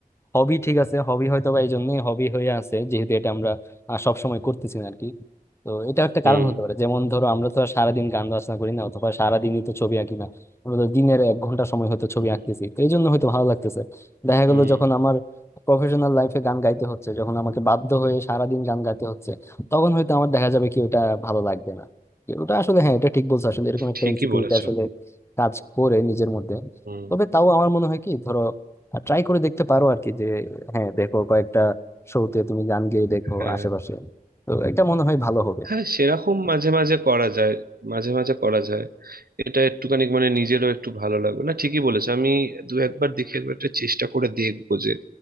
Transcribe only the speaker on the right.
হুম
হুম
হুম,
ঠিকই
বলেছো
হুম
হ্যাঁ
হ্যাঁ সেরকম মাঝে মাঝে করা যায় মাঝে মাঝে করা যায় এটা একটুখানি মানে নিজেরও একটু ভালো লাগবে না ঠিকই বলেছে আমি দু একবার দেখে একবার একটা চেষ্টা করে দেখবো যে